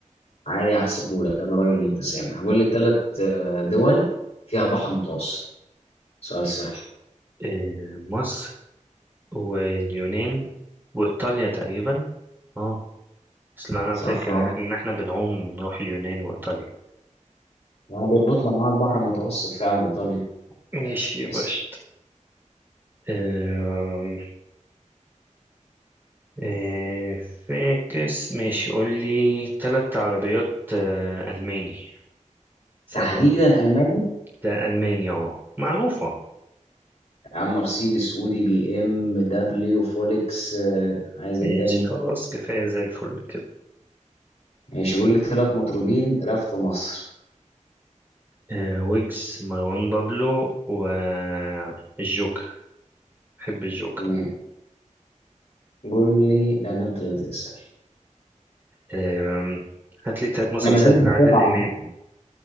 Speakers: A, on the left; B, on the right.
A: عادي أحسبه لك أنا راجل متسامح قول لي ثلاث دول فيها بحر متوسط سؤال سهل
B: آه، مصر واليونان وإيطاليا تقريبا اه اصل انا
A: صح
B: فاكر
A: اه
B: إحنا- ان احنا بنعوم نروح اليونان وايطاليا
A: يعني بيربطنا معاه البحر المتوسط فعلا إيطاليا
B: ماشي يا باشا
A: اسأل.
B: آه، إيه، فاكس ماشي قول لي ثلاث عربيات آه، ألماني سهلة
A: تحديدا
B: دي
A: ألمانيا
B: ده ألماني اه معروفة
A: يا عم مرسيدس اودي بي ام دبليو فولكس آه، عايز
B: ماشي
A: ايه تاني
B: خلاص كفاية زي الفل كده
A: ماشي قول لي ثلاث مطربين راب في مصر
B: آه، ويجز مروان بابلو والجوكر بحب الجوكر
A: م- قول لي لا ده انت اللي هتسأل
B: آم، هات لي تلات مسلسلات
A: احنا ما زلنا بنتفرج
B: لعادل
A: على
B: إمام
A: فكرة.